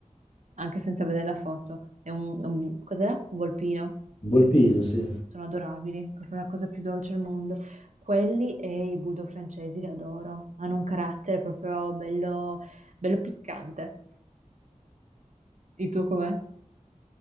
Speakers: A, on the right; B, on the left.
A: anche senza vedere la foto. È un, è un- cos'è? Un volpino.
B: Un volpino, sì.
A: Sono adorabili, proprio la cosa più dolce al mondo. Quelli e i bulldog francesi li adoro. Hanno un carattere proprio bello, bello piccante. Il tuo com'è?